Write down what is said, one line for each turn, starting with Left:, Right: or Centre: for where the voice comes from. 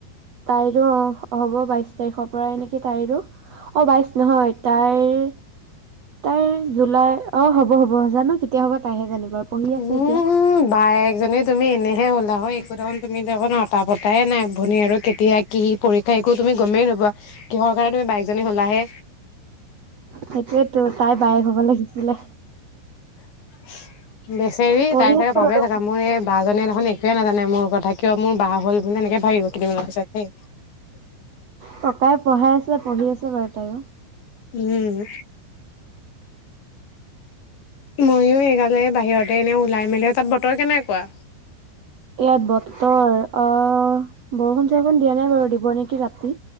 Right: তাইৰো অ হ'ব বাইশ তাৰিখৰ পৰাই নেকি তাইৰো অঁ বাইচ নহয় তাইৰ তাইৰ জুলাই অ হ'ব হ'ব জানো কেতিয়া হ'ব তাইহে জানিব আৰু পঢ়ি আছে
Left: উম
Right: এতিয়া
Left: বাায় একজনী তুমি এনেহে হলা হয় একো দেখোন তুমি দেখোনটা পতাইে নাই ভনী আৰু কেতিয়া কি পৰীক্ষা একো তুমি গমেই নবোৱাা কিহৰ কাৰণে তুমি বাইকজনী হ'লাহে
Right: সেইটোয়েতো তাই বায়েক হ'ব লাগিছিলে
Left: <unintelligible> বেচেৰি
Right: পঢ়ি
Left: তাই চাগে
Right: আছো
Left: ভাবেে
Right: বাৰু
Left: থাকা মোৰ এই বাাজীয়ে নহয় ন তে নাজানে মোৰ কথা কিয় মোৰ বাহ হ'ল বুলি এনেকে ভাগিব কেইদিনমানৰ পিছত সেই
Right: ককাইে পঢ়াই আছে পঢ়ি আছে বাৰু তাইও
Left: উম মইো এইগালে বাহিৰতে এনে ওলাই মেলি তাত বতৰ কেনেকুৱা
Right: ইয়াত বতৰ আহ বৰুণ চৰষণ দিয়াাইাৰু দিব নেকি ৰাতি